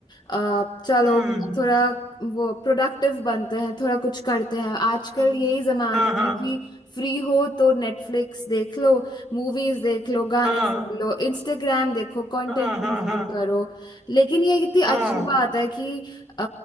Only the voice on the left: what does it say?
अ, चलो
थोड़ा वो प्रोडक्टिव बनते हैं थोड़ा कुछ करते हैं आजकल
यही जमाना
है कि फ्री हो तो नेटफ्लिक्स देख लो मूवीज देख लो गाने
सुन लो इंस्टाग्राम देखो कंटेंट
कंज्यूम
करो लेकिन ये कितनी
अच्छी बात है कि अ,